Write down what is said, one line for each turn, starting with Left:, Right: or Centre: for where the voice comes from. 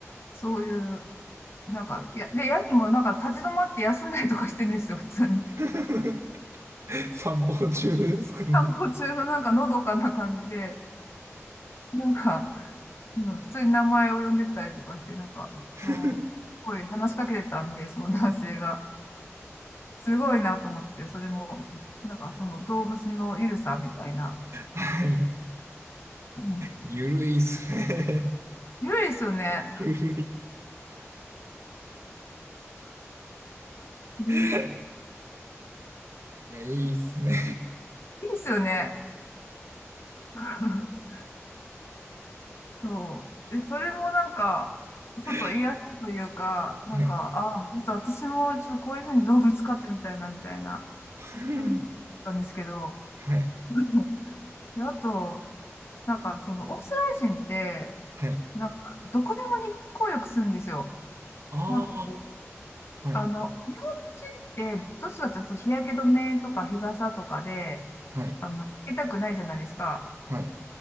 Left: そういうなんか、いや、で、ヤギもなんか立ち止まって休んだりとかしてんですよ、普通に。
Right: <laughs> 散歩中ですかね。
Left: 散歩中のなんかのどかな感じで、なんか、うん普通に名前を呼んでたりとかして、なんか、うん、
Right: <laughs>
Left: すごい話しかけてたんで、その男性が。すごいなと思って、それも、なんかその動物のゆるさみたいな。
Right: はい。
Left: うん、
Right: ゆるいっすね。
Left: ゆるいですよね。
Right: <laughs> ゆるい。
Left: でい
Right: いや、いいっすね。
Left: いですよね。<laughs> そう。で、それもなんか、ちょっと癒しというか、
Right: <laughs>
Left: なんか、
Right: はい。
Left: ああ、ちょっと私もちょっとこういうふうに動物飼ってみたいな、みたいな、
Right: <laughs>
Left: うん、なんですけど。
Right: はい。
Left: <laughs> で、あと、なんかその、オーストラリア人って、
Right: はい。
Left: なんか、どこでも日光浴するんですよ。
Right: あ
Left: なんかこう、
Right: あ、はい。
Left: あの、日本人って、どうしてかというと日焼け止めとか日傘とかで、
Right: はい。
Left: あの、受けたくないじゃないですか。
Right: はい。